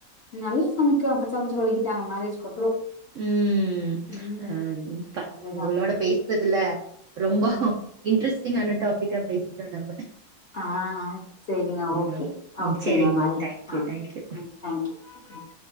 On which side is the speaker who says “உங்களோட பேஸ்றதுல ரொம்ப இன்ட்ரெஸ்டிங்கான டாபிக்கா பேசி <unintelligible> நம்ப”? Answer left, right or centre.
Right